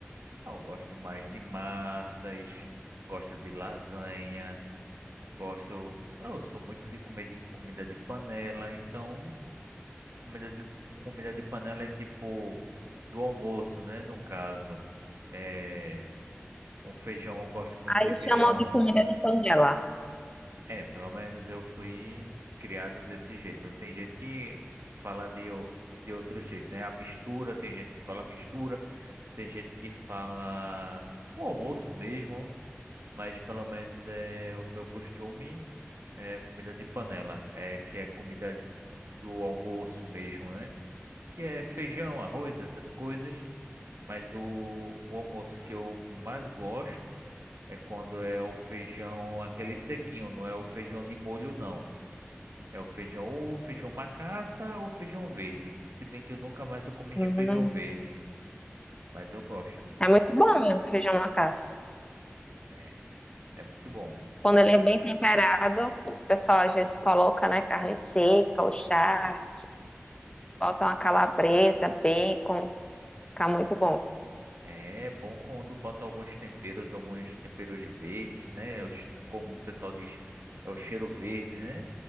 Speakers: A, on the right (about 70°); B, on the left (about 20°).
A: Ah, Eu gosto mais de massas, gosto de lasanha. Gosto. Eu sou muito de comer de comida de panela, então comida de comida de panela é tipo do almoço, né? No caso, é um feijão. eu Gosto muito
B: Aí
A: de feijão.
B: chamam de comida de panela.
A: É, pelo menos eu fui criado desse jeito. Tem gente que fala de, o- de outro jeito, né? A mistura, tem gente que fala mistura, tem gente que fala o almoço mesmo, mas pelo menos é o meu costume. É comida de panela, é que é comida de- do almoço mesmo, né? Que é feijão, arroz, essas coisas. Mas o, o almoço que eu mais gosto é quando é o feijão, aquele sequinho, não é o feijão de molho, não. É o feijão ou feijão macaça ou feijão verde. Se bem que eu nunca mais eu comi
B: Hum,
A: feijão verde, mas eu gosto.
B: é muito bom mesmo, feijão macaça.
A: É, é muito bom.
B: Quando ele é bem temperado, o pessoal às vezes coloca, né, carne seca ou charque, bota uma calabresa, bacon, fica muito bom.
A: É bom quando bota alguns temperos, alguns temperos verdes, né? É O che- Como o pessoal diz, é o cheiro verde, né?